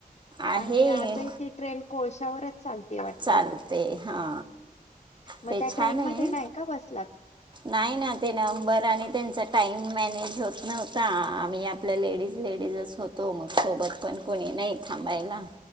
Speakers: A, on the right (about 30°); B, on the left (about 45°).
A: आहे
B: आणि आजही ती ट्रेन कोळशा शावरच चालते वाटतं
A: चालते हा
B: मग
A: ते
B: त्या
A: छान
B: ट्रेनमध्ये
A: आहे
B: नाही का बसलात
A: नाह, ना ते नंबर आणि त्यांचा टाईम मॅनेज होत नव्हता आम्ही आपल्या लेडीज, लेडीजच होतो मग सोबत पण कोणी नाही थांबायला